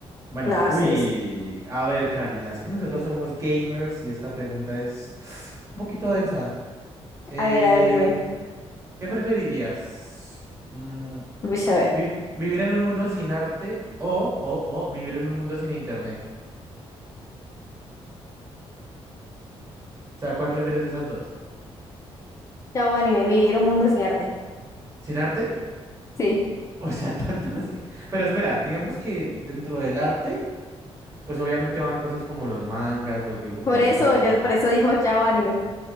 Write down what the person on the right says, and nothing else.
Bueno,
uy,
a ver, Karina, es que nosotros somos gamers y esta pregunta es <sniffs> un poquito densa. Eh,
¿qué preferirías? Mm,
vi- ¿vivir en un mundo sin arte o, o, o vivir en un mundo sin internet? O sea, ¿cuál prefieres de esas dos?
¿Sin arte?
O sea, <laughs> tanto así. Pero espera, digamos que dentro del arte. pues obviamente van cosas como los mangas, los dibujos
de anime
y todo.